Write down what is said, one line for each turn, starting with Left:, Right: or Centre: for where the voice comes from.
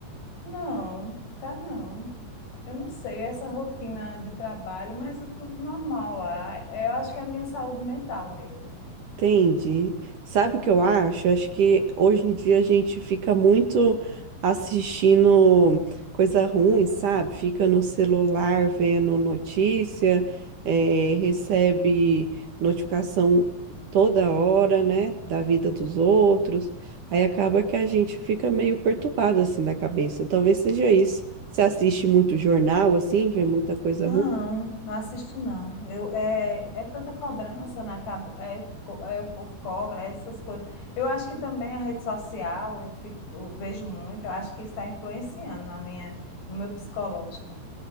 Left: Não, tá não. Eu não sei, essa rotina de trabalho, mas é tudo normal lá. Eu acho que é a minha saúde mental mesmo.
Right: Entendi. Sabe o que eu acho? Eu Acho que hoje em dia a gente fica muito assistindo coisa ruim, sabe? Fica no celular vendo notícia, eh, recebe notificação toda hora, né? Da vida dos outros. Aí acaba que a gente fica meio perturbado assim da cabeça. Talvez seja isso. Você assiste muito jornal, assim, vê muita coisa
Left: Não,
Right: ruim?
Left: não assisto não. Eu, é, é tanta cobrança na cabeça, é, co- é o povo cobra, essas coisas. Eu acho que também a rede social, eu fico, eu vejo muito, eu acho que está influenciando na minha, no meu psicológico.